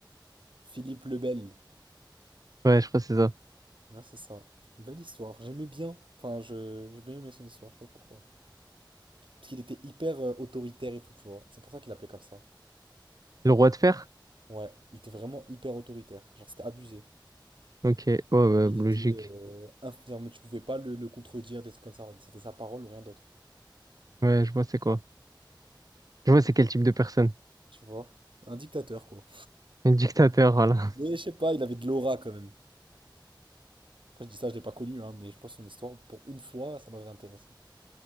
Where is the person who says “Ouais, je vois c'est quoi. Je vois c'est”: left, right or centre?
Right